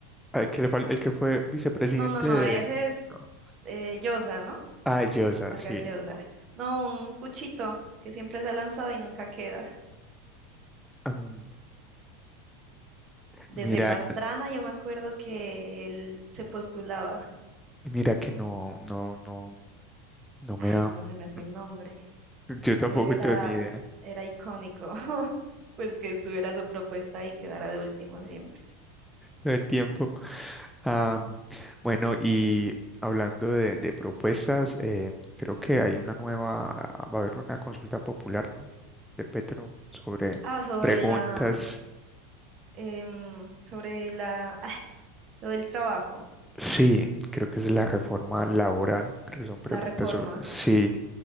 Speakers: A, in the centre; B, on the right.
A: el que, le fal- el que fue vicepresidente
B: No, no, no,
A: de...
B: ese es
A: no.
B: eh, Llosa, ¿no?
A: Ah, Llosa,
B: Vargas
A: sí.
B: Llosa. No, un cuchito que siempre se ha lanzado y nunca queda.
A: Mm,
B: Desde
A: mira,
B: Pastrana yo me acuerdo que él se postulaba.
A: mira que no, no, no, no me
B: Ay,
A: da...
B: no, se me
A: no,
B: fue el nombre,
A: Yo tampoco
B: pero era,
A: tengo ni idea
B: era icónico. <laughs> Pues que estuviera su propuesta y quedara de último siempre.
A: del tiempo. Ah, bueno, y hablando de, de propuestas, eh, creo que hay una nueva, ah, va a haber una consulta popular, ¿no? De Petro sobre
B: Ah, sobre
A: preguntas.
B: la, em, sobre la, ah, lo del trabajo,
A: Sí, creo que es la reforma laboral, creo que son preguntas
B: la reforma.
A: sobre... Sí,